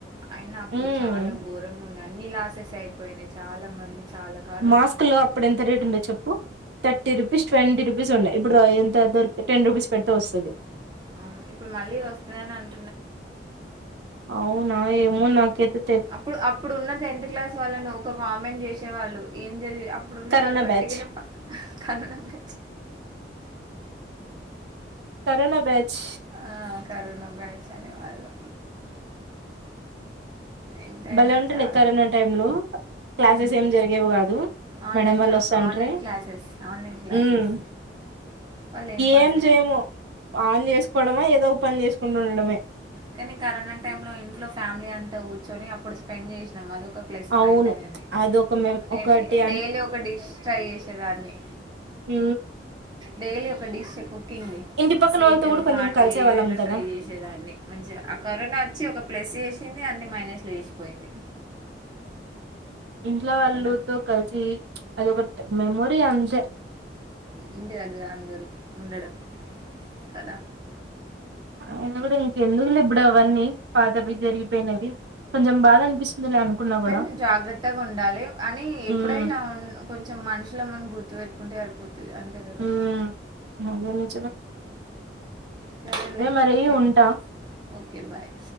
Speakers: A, on the right; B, on the right.
A: అయిన ఇప్పుడు
B: హ్మ్
A: చాలా ఘోరంగా ఉండ అన్ని లాసెస్ అయిపోయినాయి చాలా మంది చాలా కరోనా
B: మాస్క్ లో అప్పుడు ఎంత రేట్ ఉండే చెప్ ప్పు థర్టీ రూపీస్ ట్వంటీ రూపీస్ ఉండే ఇప్పుడు ఎంత దొరికు టెన్ రూపీస్ పెడితే వస్తది
A: అవును ఇప్పుడు మళ్ళీ వస్తాదని అన్
B: అవునా మ్ నాకై త్
A: అప్పుడు అప్పుడున్న టెన్త్ క్లాస్ వాళ్ళని ఒక కామెంట్ చేసేవాళ్ళు ఏం చద్ వి అప్పుడున్న
B: కరోనా
A: వాళ్ళు వట్టి
B: బ్యాచ్
A: కన్ను బై
B: కరోనా బ్యాచ్
A: ఆ, కరోనా బ్యాచ్ అనే వాళ్ళు ఎంతైనా
B: బలే ఉంటుండే
A: చాలా
B: కరోనా టైమ్ లో క్లాసెస్
A: ఉమ్.
B: ఏం జరిగేవి కాదు
A: ఆన్లైన్
B: మేడం వాళ్ళు
A: షాప్
B: వస్తాంట్రి
A: ఆన్లైన్ క్లాసెస్ ఆన్లైన్ క్లాసెస్
B: మ్మ్
A: వాళ్ళు పాస్
B: ఏం
A: అయ్యారు
B: జేయము ఆన్ చేసుకోవడమా ఏదో ఒక పని చేసుకుంటుండడమే
A: కానీ కరోనా టైమ్ లో ఇంట్లో ఫ్యామిలీ అంతా కూర్చొని అప్పుడు స్పెండ్ చేస్ నం అది ఒక ప్లస్
B: అవును
A: పాయింట్ అఇంది
B: అదొక మేం
A: నేను
B: ఒకటి
A: డైలీ ఒక డిష్ ట్రై చేసేదాన్ని
B: మ్
A: డైలీ ఒక డిష్ కుకింగ్ ది
B: ఇంటి పక్కన
A: స్వీట్
B: వాళ్ళతో కూడా కొంచెం
A: హాట్
B: కలిసే
A: ఏదైనా
B: వాళ్ళం కదా
A: ట్రై చేసేదాన్ని మంచిగా ఆ కరోనా వచ్చి ఒక ప్లస్ చేసింది అన్ని మైనస్ లో చేసిపోయింది
B: ఇంట్ల వాళ్ళుతో
A: కదా
B: కలిసి అది ఒక మేమొరీ అంతే
A: ఇంటి అది అందరు ఉండడం కదా
B: ఆయిన కూడా ఇంకెందుకులే ఇప్పుడు అవన్నీ పాతవి ప జరిగిపోయినవి కొంచెం బాధ అనిపిస్తుందిలే అనుకున్నా కూడా
A: కానీ జాగ్రత్తగా ఉండాలి అని ఎప్పుడైనా
B: ఉమ్
A: ఉన్ కొంచెం మనుషులం అని గుర్తు పెెట్టుకుంటే అరిపోతది అంతే కదా
B: ఉమ్ అదే నిజమే
A: సరే లే
B: మరి
A: ఓకే
B: ఉంటా
A: ఓకే బాయ్